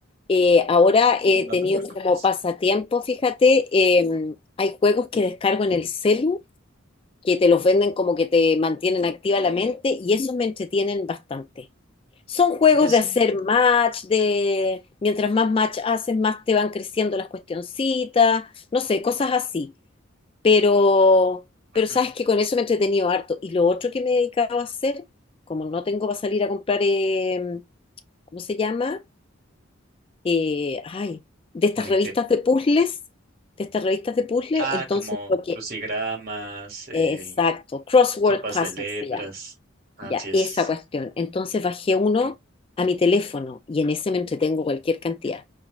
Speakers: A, on the left; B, on the right.
A: Eh, ahora he
B: No
A: tenido
B: te preocupes.
A: como pasatiempo, fíjate, em, hay juegos que descargo en el celu, que te los venden como que te mantienen activa la mente y esos me entretienen bastante. Son juegos
B: Oye, sí.
A: de hacer match, de mientras más match haces, más te van creciendo las cuestioncitas, no sé, cosas así. Pero,
B: Ujú.
A: pero sabes que con eso me he entretenido harto. Y lo otro que me he dedicado a hacer, como no tengo para salir a comprar, em, ¿cómo se llama? eh, ay, de estas
B: Eh,
A: revistas
B: ¿qué?
A: de puzzles, de estas revistas de puzzles,
B: Ah,
A: entonces
B: como
A: lo que,
B: crucigramas, eh,
A: eh, exacto, Crossword
B: sopas
A: Puzzle
B: de letras.
A: se llama,
B: Así
A: ya,
B: es.
A: esa cuestión. Entonces bajé uno a mi teléfono y en ese me entretengo cualquier cantidad.